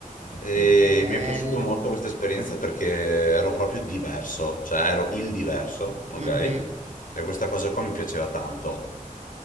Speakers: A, on the left; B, on the right.
A: E
B: che bello.
A: mi è piaciuta molto questa esperienza perché ero proprio diverso, cioè ero il diverso, ok?
B: Mhm.
A: E questa cosa qua mi piaceva tanto.